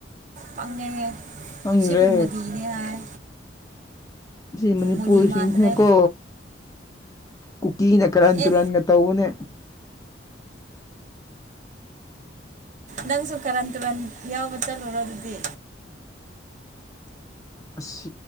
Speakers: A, on the right (about 40°); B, on the left (about 20°).
A: ꯄꯪꯉꯦꯍꯦ
B: ꯈꯪꯗ꯭ꯔꯦ
A: ꯁꯤꯕꯣ ꯃꯣꯗꯤꯅꯦ ꯍꯥꯏ
B: ꯁꯤ ꯃꯅꯤꯄꯨꯔꯁꯤꯡꯁꯤꯅꯀꯣ
A: ꯃꯣꯗꯤ ꯃꯥꯟꯗ꯭ꯔꯦ
B: ꯀꯨꯀꯤꯅ ꯀꯔꯟ ꯇꯨꯔꯟꯒ
A: ꯑꯦ
B: ꯇꯧꯕꯅꯦ
A: ꯅꯪꯁꯨ ꯀꯔꯟ ꯇꯨꯔꯟ ꯌꯥꯎꯕ ꯆꯠꯂꯨꯔꯣ ꯑꯗꯨꯗꯤ
B: ꯑꯁ